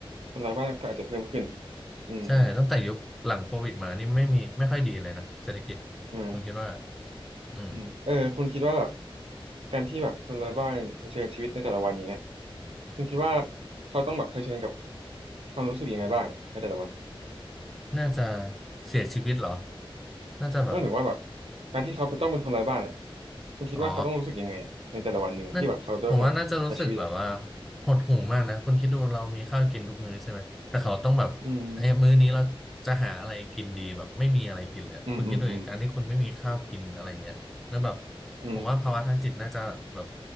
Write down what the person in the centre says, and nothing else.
ใช่ตั้งแต่ยุคหลังโควิดมานี่ไม่มีไม่ค่อยดีเลยนะเศรษฐกิจ
ผมคิดว่าอืม
น่าจะเสียชีวิตเหรอน่าจะแบบ
อ๋อ น่าผมว่าน่าจะรู้สึกแบบว่าหดหู่มากนะคุณคิดดูเรามีข้าวกินทุกมื้อใช่ไหมแต่เขาต้องแบบเอ้ยมื้อนี้เราจะหาอะไรกินดีแบบไม่มีอะไรกินเลยคุณคิดดูเหตุการณ์ที่คุณไม่มีข้าวกินอะไรเงี้ยแล้วแบบ
ผมว่าภาวะทางจิตน่าจะแบบ